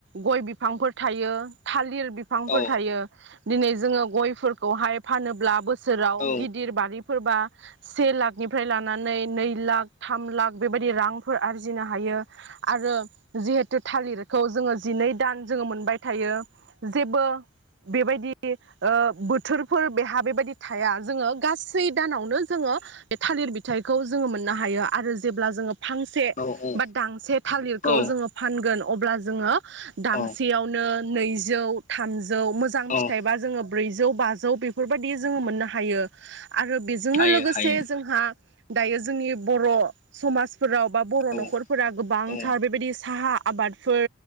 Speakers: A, on the right; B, on the left.
A: गय बिफांफोर थायो थालिर बिफांफोर
B: औ
A: थायो दिनै जोङो गयफोरखौहाय फानोब्ला बो सोराव
B: औ
A: गिदिर बारि फोरबा से लाखनिफ्राय लानानै नै लाख थाम लाख बेबायदि रांफोर आरजिनो हायो आरो जिहेतु थालिरखौ जोङो जिनै दान जोङो मोनबाय थायो जेबो बेबायदि ओ बोथोरफोर बेहा बेबायदि थाया जोङो गासै दानावनो जोङो बे थालिर बि थाइखौ जोङो मोननो हायो आरो जेब्ला जोङो फांसे
B: औ
A: बा दांसे थालिरखौ
B: औ
A: जोङो फानगोन अब्ला जोङो दांसेयावनो
B: औ
A: नैजौ थाम जौ मोजां
B: औ
A: फिथाइबा जोङो ब्रैजौ बाजौ बेफोरबायदि जोङो मोननो हायो आरो जोंनो
B: हायो
A: लोगोसे
B: हायो
A: जोंहा दायो जोंनि बर' समाज फोराव बा बर'
B: औ
A: न'खरफोरा गोबांथार
B: औ
A: बेबायदि साहा आबादफोर